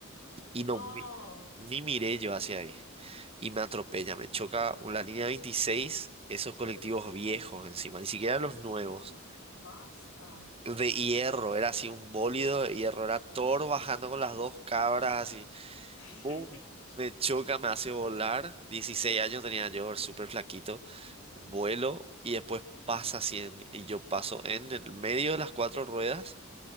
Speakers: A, on the right; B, on the left.
A: Y
B: No.
A: no, mi- ni miré yo hacia ahí. Y me atropella, me choca un- la línea 26 esos colectivos viejos encima, ni siquiera los nuevos.
B: Ay, basta.
A: De hierro, era así un bólido de hierro, era Thor bajando con las dos cabras así.
B: <laughs>
A: ¡Bum! Me choca, me hace volar. dieciséis años tenía yo, súper flaquito. Vuelo y después pasa así en mí, y yo paso en el medio de las cuatro ruedas